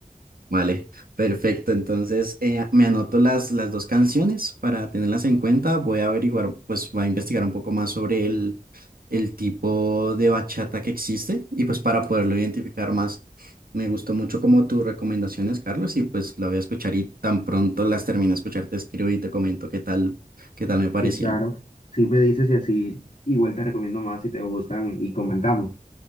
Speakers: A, on the right; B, on the left.
A: Vale, perfecto. Entonces, eh, me anoto las, las dos canciones para tenerlas en cuenta. Voy a averiguar, pues voy a investigar un poco más sobre el, el tipo de bachata que existe y pues para poderlo identificar más. Me gustó mucho como tus recomendaciones, Carlos, y pues la voy a escuchar y tan pronto las termine de escuchar, te escribo y te comento qué tal, qué tal me parecieron.
B: sí, claro. Si me dices y así, igual te recomiendo más si te gustan y comentamos.